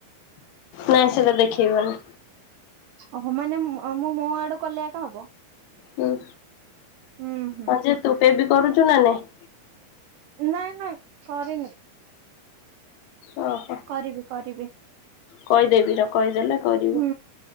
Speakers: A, on the left (about 80°); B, on the right (about 80°).
A: ନା ସେଟା ଦେଖେଇବନି।
B: ଓହୋ, ମାନେ ଅ, ମୁଁ ମୋ ଆଡୁ କଲେ ଏକା ହବ।
A: ହୁଁ
B: ହୁଁ ହୁଁ।
A: ହଁ ଯେ ତୁ ପେ ବି କରୁଛୁ ନା ନାହି?
B: ନାଇଁ ନାଇଁ କରିନି।
A: ଓ ହୋ।
B: କରିବି କରିବି।
A: କହିଦେବି ର କହିଦେଲେ କରି
B: ହୁଁ,